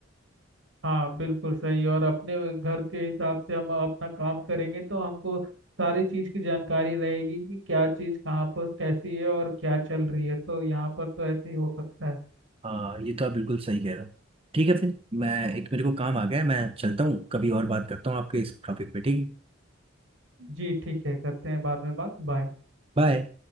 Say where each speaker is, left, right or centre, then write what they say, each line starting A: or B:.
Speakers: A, on the right; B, on the right.
A: हाँ बिल्कुल सही और अपने घर के हिसाब से हम अपना काम करेंगे तो हमको सारी चीज़ की जानकारी रहेगी कि क्या चीज़ कहाँ पर कैसी है और क्या चल रही है तो यहाँ पर तो ऐसे ही हो सकता है
B: हाँ ये तो आप बिल्कुल सही कह रहे हो ठीक है फिर मैं एक मेरे को काम आ गया है मैं चलता हूँ कभी और बात करता हूँ आपके इस टॉपिक पे ठीक है
A: जी ठीक है करते हैं बाद में बात बाय
B: बाय